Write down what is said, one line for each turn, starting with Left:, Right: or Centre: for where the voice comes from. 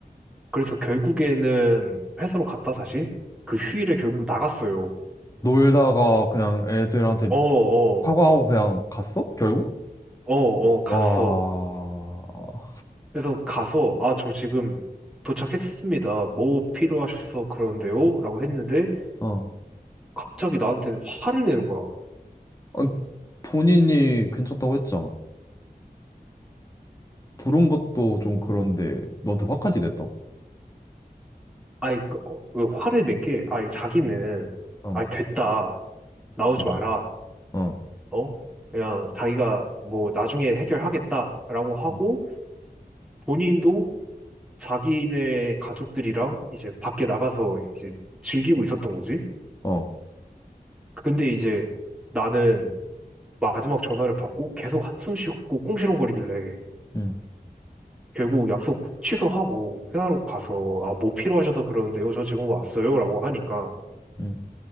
Centre: 그래서 결국에는 회사로 갔다 다시 그 휴일에 결국 나갔어요.
Left: 놀다가 그냥 애들한테
Centre: 어, 어,
Left: 사과하고 그냥 갔어? 결국?
Centre: 어, 어, 갔어.
Left: 와, 어,
Centre: 그래서 가서, 아, 저 지금 도착했습니다. 뭐 필요하셔서 그러는데요? 라고 했는데,
Left: 어.
Centre: 갑자기 나한테 화를 내는 거야.
Left: 아니, 본인이 괜찮다고 했잖아. 부른 것도 좀
Centre: 음.
Left: 그런데, 너한테 화까지 냈다고?
Centre: 아니, 그, 어, 그 화를 낸 게, 아니, 자기는,
Left: 어,
Centre: 아니, 됐다. 나오지
Left: 어,
Centre: 마라.
Left: 어.
Centre: 어? 그냥 자기가 뭐 나중에 해결하겠다라고 하고,
Left: 음,
Centre: 본인도 자기네 가족들이랑 이제 밖에 나가서 이제 즐기고 있었던 거지.
Left: 어.
Centre: 근데 이제 나는 마지막 전화를 받고 계속 한숨 쉬고 꽁시렁거리길래,
Left: 음.
Centre: 결국 약속 취소하고 회사로 가서 아, 뭐 필요하셔서 그러는데요. 저 지금 왔어요. 라고 하니까
Left: 음,